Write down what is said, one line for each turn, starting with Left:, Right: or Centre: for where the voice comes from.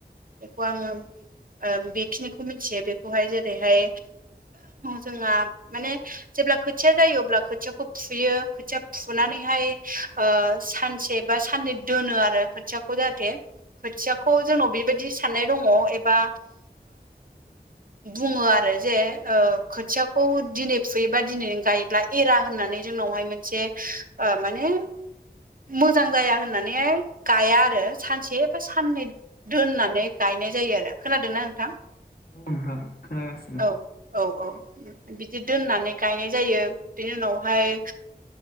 Right: बेखौ आङो ओ बेखिनिखौ मिथियो बेखौहाय जेरैहाय जोंहा माने जेब्ला खोथिया जायो अब्ला खोथियाखौ फुयो खोथिया फुनानैहाय ओ सानसे बा साननै दोनो आरो खो खौ जाहाथे खोथियाखौ जोंनाव बेबायदि सान्नाय दङ एबा बुङो आरो जे ओ खोथियाखौ दिनै फुयोबा दिनै गायोबाय एरा होननानै जोंनावहाय मोनसे माने मोजां जाया होननानैहाय गाया आरो सानसे साननै दोननानै गायनाय जायो आरो खोनादोंना‌ नोंथां
Left: औ नोंथां खोनागासिनो
Right: औ औ औ बिदि दोननानै गायनाय जायो बिनि उनावहाय